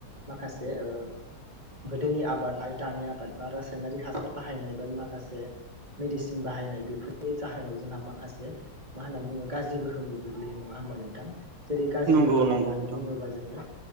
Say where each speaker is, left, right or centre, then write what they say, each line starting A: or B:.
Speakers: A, on the right; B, on the right.
A: माखासे ओ गोदोनि आबाद आरो दानि आबाद बा रासायनारि हासार बाहायनाय बा माखासे मेडिसिन बाहायनाय बेफोरनि जाहोनाव जोंहा माखासे मा होनना बुङो गाज्रि गोहोमबो गोग्लैयो नङा होनबा नोंथां जेरै गाज्रि
B: नंगौ
A: गोहोम
B: नंगौ
A: होननानै
B: नोंथां
A: बुङोबा जोङो